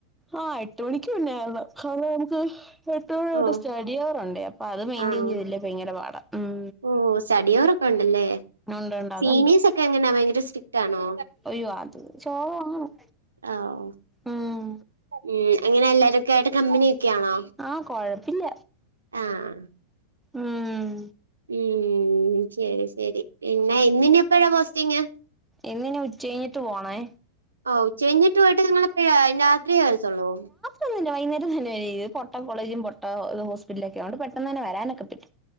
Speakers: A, in the centre; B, on the right.
A: ആഹ എട്ട് മണിക്ക് മുന്നാവണം അെ നമുക്ക് എട്ടാമണിയിട്ട്
B: ഓ
A: സ്റ്റഡി അവർുണ്ടഅപ്പൊ അത് മെയിന്റെയിൻ
B: ആണോ
A: ചെയ്തില്ലേ ഭയങ്കര പാടാ ഉം
B: ഓ സ്റ്റഡി യോറൊക്കെ ഉണ്ടല്ലേ
A: ഉണ്ട് ഉണ്ട്
B: സീനേസ്
A: അതുണ്ട്
B: ഒക്കെ എങ്ങനാ ഭയങ്കരസ്ക് റ്റ്ആണോ
A: അയ്യോ അത് ചോറ് വാങ്ങണം
B: ആ ഉ
A: ഉം
B: ഉം അങ്ങനെ എല്ലാരും കേട്ട കമ്പനിയൊക്കൊണോ
A: ആ കൊഴപ്പില്ല
B: ആഹ
A: ഉം
B: ഉം ശരി ശരി പിന്നെ ഇന്നിന് എപ്പഴാ പോസ്റ്റിങ്
A: ഇന്നിനി ഉച്ച കഴിഞ്ഞിട്ട് പോണേ
B: ഓ ഉച്ചകഴിഞ്ഞിട്ട് പോയിട്ട് നിങ്ങളപ്പഴ രാത്രിയേ വരത്തുള്ളൂ
A: ഒന്നില്ല വൈകേരം തന്നെ ഒരുത് പട്ട ന്നുല്ല വയന്നെരം തന്നെ വരുംപൊട്ട കോളേജും പൊട്ട ഹോസ്പിറ്റലും ഒകെ പെട്ടെന്ന് തന്നെ വരാനൊക്കെ പറ്റും